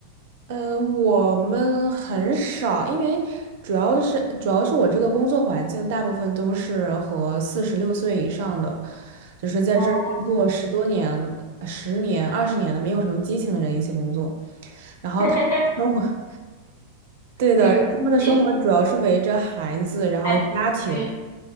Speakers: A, on the right; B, on the left.
A: 呃，我们很少，因为主要的是主要是我这个工作环境大部分都是和四十六岁以上的，就是在这儿工作十多年、
B: 哦，
A: 十年、二十年的，没有什么激情的人一起工作，
B: <laughs>
A: <laughs> 生活。对的，
B: 没有，
A: 然后他们的生活主要是围着孩子，
B: 你
A: 然后家庭。
B: 还对